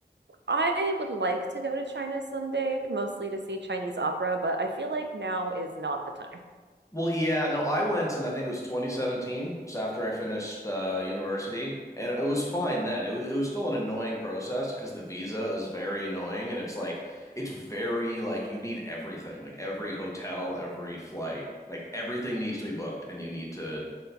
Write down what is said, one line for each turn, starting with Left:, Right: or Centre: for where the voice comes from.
Right: I would like to go to China someday, mostly to see Chinese opera, but I feel like now is not the time.
Left: Well, yeah, no, I went and I think it was 2017, just after I finished uh, university, and it was fine then. It was it was still an annoying process because the visa is very annoying, and it's like it's very like you need everything, like every hotel, every flight, like everything needs to be booked, and you need to